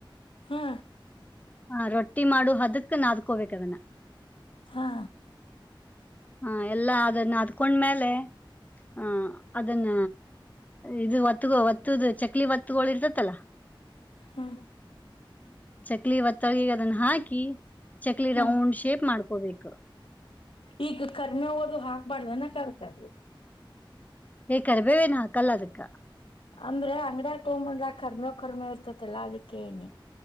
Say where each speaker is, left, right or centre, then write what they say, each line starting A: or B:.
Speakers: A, on the left; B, on the left.
A: ಹಾ
B: ಹ ರೊಟ್ಟಿ ಮಾಡು ಹದಕ್ಕ ನದ್ಕೋಬೇಕ ಅದನ್ನ
A: ಹಾ
B: ಹ ಎಲ್ಲಾ ಅದನ್ನ ಅದಕೊಂಡ್ಮೇಲೆ ಆಹ ಅದನ್ನ ಇದು ಒತ್ತಗ ಒತ್ತುದು ಚಕ್ ಮಕ್ಲಿ ಒತ್ಗಳು ಇರ್ತತಲ್ಲಾ
A: ಹ್ಮ
B: ಚಕ್ಲಿ ಒತ್ತೊಳ್ಗ ಅದನ್ನ ಹಾಕಿ ಚಕ್ಲಿ
A: ಹ್ಮ್
B: ರೌಂಡ್ ಶೇಪ್ ಮಾಡ್ಕೋಬೇಕು. <inaudible>
A: ಈಗ ಕರ್ಮೆ ಹಓದು ಹಾಕ್ಬಾರಡ್ದ ಅಕ್ಕ ಅದಕ್
B: ಹಕ ವಿವ ಏನ ಹಾಕಲ್ಲಾ ಅದಕ್
A: ಅಂದ್ರೆ ಅಂಗಡಿಯಾಗ ತೊಗೊಂಬಂದಾಗ ಕರ್ಮೆ ಕರ್ಮೆ ಇರ್ತತಲ್ಲಾ ಅದಕ್ಕೆ ಕೇಳಿದನಿ